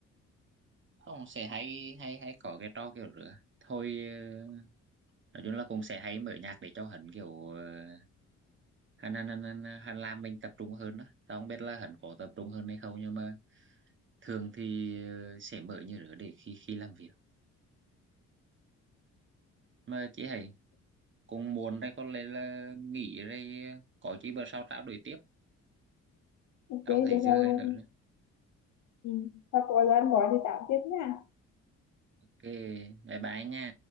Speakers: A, on the right (about 40°); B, on the left (about 80°).
A: không sẽ hay hay hay có cái trò kiểu rửa thôi ờ, nói chung là cũng sẽ hay mở nhạc để cho hắn kiểu ờ, hắn hắn hắn, hắn, hắn làm mình tập trung hơn đó tao không biết là hắn có tập trung hơn hay không nhưng mà thường thì ờ, sẽ mở như rửa để khi khi làm việc mà chị hay cũng muốn đây có lẽ là nghỉ đây ờ, có chị bữa sau trao đổi tiếp
B: ok
A: tao thấy
B: được
A: dư
B: không
A: hơi nữa
B: ừ. và có gian gọi thì tạm tiếp nha
A: ok bye bye nha